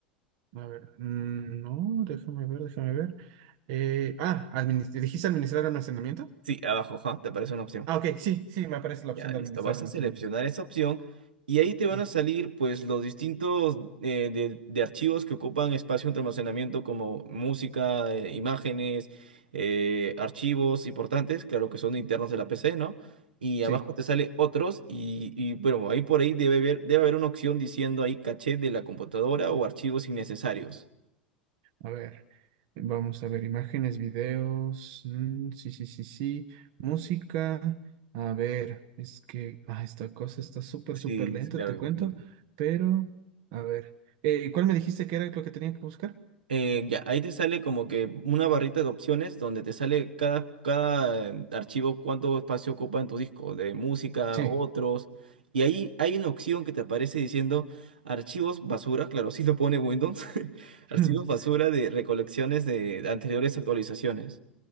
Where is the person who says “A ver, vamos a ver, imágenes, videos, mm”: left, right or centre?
Right